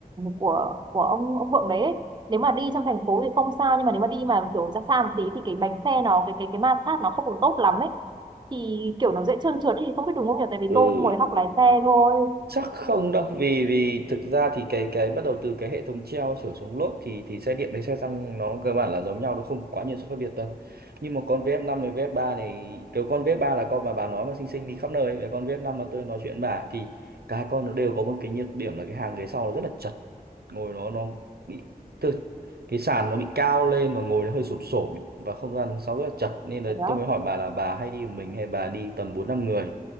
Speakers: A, on the right (about 30°); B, on the right (about 80°).
A: của của ông ông Vượng đấy ấy, nếu mà đi trong thành phố thì không sao nhưng mà nếu mà đi mà kiểu ra xa một tí thì cái bánh xe nó cái cái cái ma sát nó không được tốt lắm ấy thì kiểu nó dễ trơn trượt ấy, thì không biết đúng không nhỉ tại vì
B: Ừ,
A: tôi cũng mới học lái xe thôi
B: chắc không đâu vì vì thực ra thì cái cái bắt đầu từ cái hệ thống treo trở xuống lốp thì thì xe điện với xe xăng nó cơ bản là giống nhau nó không quá nhiều sự khác biệt đâu nhưng mà con vf năm với vf ba này cái con vf ba là con mà bà nói mà xinh xinh đi khắp nơi và con vf năm mà tôi nói chuyện bà thì cả hai con nó đều có một cái nhược điểm là cái hàng ghế sau nó rất là chật ngồi nó nó bị từ cái sàn nó bị cao lên và ngồi nó hơi xổm xổm ấy, và không gian sau rất là chật nên là
A: Thế đó
B: tôi mới hỏi bà là bà hay đi một mình hay bà đi tầm bốn năm người